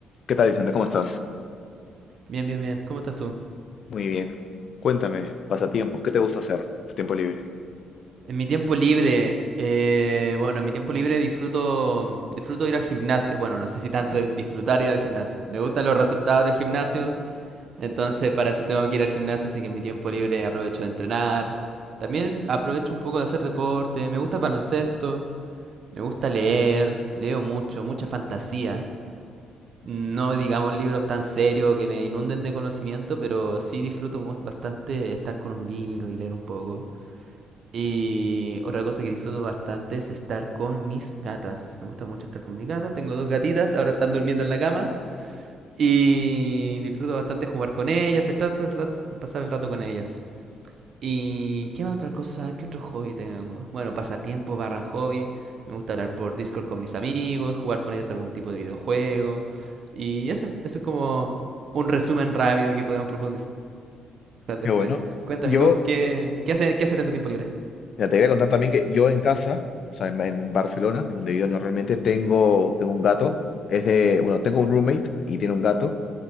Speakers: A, on the left (about 55°); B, on the right (about 55°).
A: ¿Qué tal, Vicente? ¿Cómo estás?
B: Bien, bien, bien. ¿Cómo estás tú?
A: Muy bien. Cuéntame, pasatiempos, ¿qué te gusta hacer tu tiempo libre?
B: En mi tiempo libre, eh, bueno, en mi tiempo libre disfruto, disfruto ir al gimnasio. Bueno, no sé si tanto es disfrutar ir al gimnasio. Me gustan los resultados del gimnasio, entonces para eso tengo que ir al gimnasio, así que en mi tiempo libre aprovecho de entrenar. También aprovecho un poco de hacer deporte. Me gusta el baloncesto, me gusta leer, leo mucho, mucha fantasía. No digamos libros tan serios que me inunden de conocimiento, pero sí disfruto mu- bastante estar con un libro y leer un poco. Y otra cosa que disfruto bastante es estar con mis gatas. Me gusta mucho estar con mis gatas. Tengo dos gatitas, ahora están durmiendo en la cama. Y disfruto bastante jugar con ellas, estar el rato- pasar el rato con ellas. ¿Y qué más otra cosa? ¿Qué otro hobby tengo? Bueno, pasatiempo barra hobby. Me gusta hablar por Discord con mis amigos, jugar con ellos algún tipo de videojuego. Y eso, eso es como un resumen rápido que podemos profundizar después.
A: Qué bueno.
B: Cuéntame
A: Yo,
B: tú, ¿qué, qué hace- qué haces en tu tiempo libre?
A: mira, te voy a contar también que yo en casa, o sea, en, en Barcelona, que es donde vivo normalmente, tengo, tengo un gato. Es de, bueno, tengo un roommate y tiene un gato.